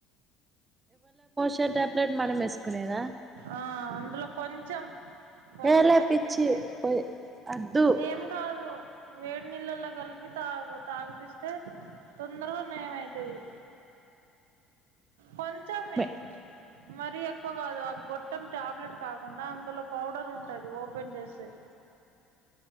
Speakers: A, on the right (about 25°); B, on the right (about 75°).
A: షన్ టాబ్లెట్ మనం వేసుకునేదా
B: ఆ అందులో కొంచం కొంచెం
A: ఏలే పిచ్చి
B: చిటిక
A: పోయి అద్దు
B: ఏం కాదు వేడి నీళ్లలో కలిపి తాగు తాగిపిస్తే తొందరగా నయ అవుతది కొ ంచమే
A: మె
B: మరీ ఎక్కువ కాదు ఆ గొట్టం టాబ్లెట్ కాకుండా అందులో పౌడర్ ఉంటది ఓపెన్ చేస్తే